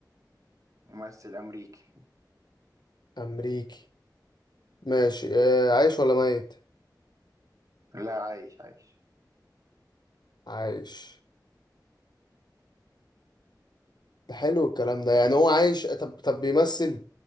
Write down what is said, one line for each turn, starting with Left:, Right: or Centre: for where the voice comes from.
Right: ممثل أمريكي
Left: أمريكي ماشي آه عايش ولا ميت؟
Right: لا عايش عايش
Left: عايش ده حلو الكلام ده يعني هو عايش طب طب بيمثل